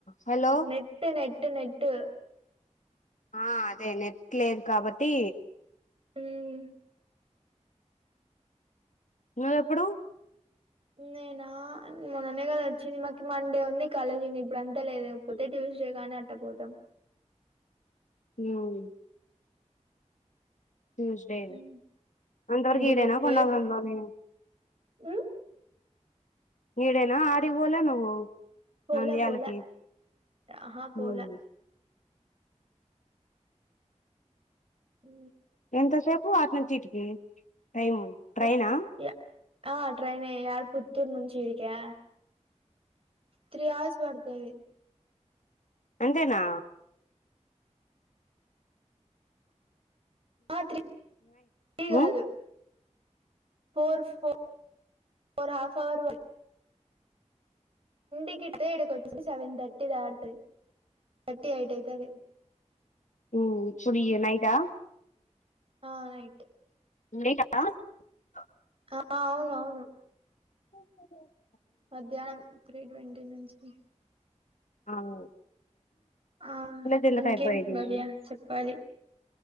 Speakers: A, on the left; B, on the right.
A: హలో
B: నెట్ నెట్ నెట్
A: ఆ అదే నెట్లేదు కాబట్టి
B: హ్మ్
A: నువ్వు ఎప్పుడు
B: నేనా మొన్ననే కదా వచ్చింది మాకి మండే ఉంది కాలేజీ ఇప్పుడు అంతా లేదు కాపోతే ట్యూస్డే కాని అట్టపోదాం
A: హ్మ్ ట్యూస్డే
B: ఉమ్.
A: అంతవరకు
B: ఇంటికొత్తే
A: ఈడెనా కొండాపురంలోనేనా
B: హ్మ్
A: ఈడేనా ఆడికి పోలే నువ్వు
B: పోలే
A: నంద్యాలకి
B: పోలే ఆహా పోలే
A: ఉమ్
B: ఉ
A: ఎంతసేపు అటునుంచిటికి ట్రైన్ ట్రైనా
B: యా యా ఆ ట్రైన్ యాడ పుత్తూరు నుంచి ఈడికా త్రీ అవర్స్ పడుతుది
A: అంతేనా
B: ఆ త్రీ
A: ఆమ్
B: కాదు ఫోర్ ఫోర్ హాఫ్ ఆవర్ పడుతది ఎక్కితే ఈడికొచ్చే సెవెన్ తర్టీ దాటుతది తర్టీ యయిట్ అయితది
A: ఉ ఇపుడు నైటా
B: ఆ నైట్
A: <inaudible>
B: ఆ అవున అవును
A: ఓ
B: మధ్యాహ్నం త్రీ ట్వంటీ నుంచి
A: అవును
B: ఆ
A: ఎందుకు
B: ఇంకేం
A: అయిపోయేది
B: భవ్య చెప్పాలి